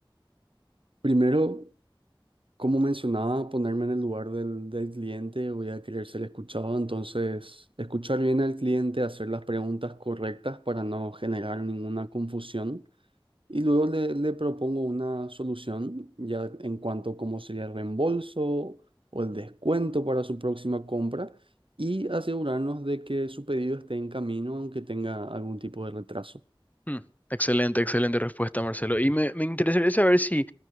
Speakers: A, on the right; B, on the left.
A: Primero, como mencionaba, ponerme en el lugar del, del cliente, voy a querer ser escuchado, entonces escuchar bien al cliente, hacer las preguntas correctas para no generar ninguna confusión Y luego le, le propongo una solución ya en cuanto a cómo sería el reembolso o el descuento para su próxima compra y asegurarnos de que su pedido esté en camino aunque tenga algún tipo de retraso.
B: Hmm, Excelente, excelente respuesta, Marcelo. Y me, me interesaría saber si